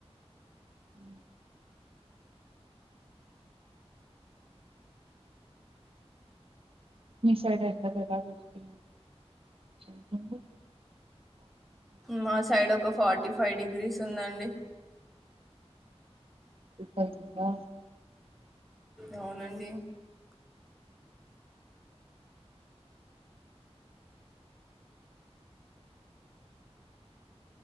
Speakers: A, on the right (about 60°); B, in the centre.
A: ఉ మీ సైడ్ ఎంత <unintelligible> లిటికి అండి
B: మా సైడ్ ఒక ఫార్టీ ఫైవ్ డిగ్రీస్ ఉందండి
A: ముప్పై ఉందా
B: అవునండి